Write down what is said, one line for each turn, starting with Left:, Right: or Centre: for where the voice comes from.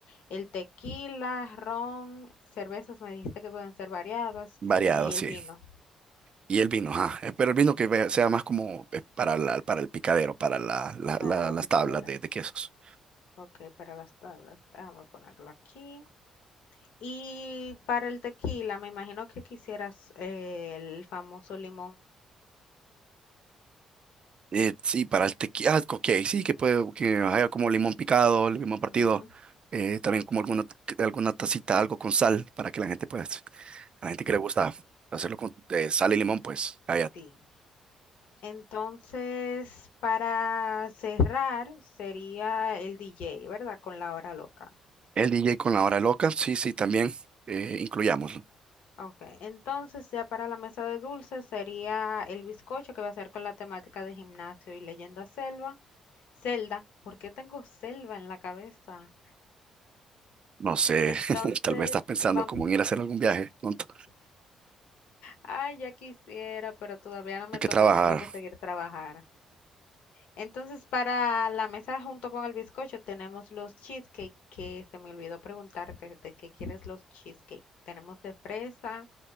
Left: el tequila, ron, cervezas, me dijiste que pueden ser variadas,
Right: variado,
Left: y
Right: sí.
Left: el vino
Right: Y el vino, ajá. eh, Pero el vino que ve- sea más como eh, para la, para el picadero, para la- la-
Left: para
Right: la-
Left: la
Right: las
Left: picadera.
Right: tablas de, de quesos.
Left: Ok, para las tablas. Déjame ponerlo aquí. Y para el tequila, me imagino que quisieras eh, el famoso limón.
Right: Eh, sí, para el tequila, ah, ok, sí, que puede, que haya como limón picado, limón partido,
Left: Ujú,
Right: eh, también como alguna, alguna tacita, algo con sal, para que la gente, pues, a la gente que le gusta hacerlo con eh, sal y limón, pues, allá.
Left: sí. Entonces, para cerrar, sería el DJ, ¿verdad? Con la hora loca.
Right: El D J con la hora loca, sí, sí, también, eh, incluyámoslo.
Left: Ok. Entonces, ya para la mesa de dulces sería el bizcocho que va a ser con la temática de gimnasio y leyenda selva. Zelda. ¿Por qué tengo selva en la cabeza?
Right: No sé,
Left: Entonces,
Right: <laughs> tal vez estás pensando
Left: vamos.
Right: como en ir a hacer algún viaje pronto.
Left: Ay, ya quisiera, pero todavía no me
Right: Hay que
Left: toca.
Right: trabajar.
Left: Tengo que seguir trabajar. Entonces, para la mesa junto con el bizcocho tenemos los cheesecake, que se me olvidó preguntarte de qué quieres los cheesecake. Tenemos de fresa,